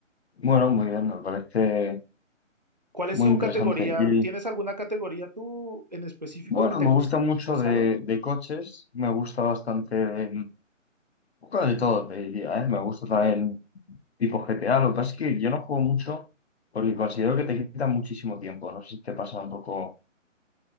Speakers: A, on the left; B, on the right.
A: Bueno, muy bien, me parece
B: ¿Cuál es
A: muy
B: su
A: interesante.
B: categoría?
A: Y
B: ¿Tienes alguna categoría tú en específico
A: bueno,
B: que te
A: me
B: guste,
A: gusta mucho
B: Gonzalo?
A: de, de coches, me gusta bastante de, un poco de todo, te diría, ¿eh? Me gusta también tipo GTA, lo que pasa es que yo no juego mucho porque considero que te quita muchísimo tiempo, no sé si te pasa un poco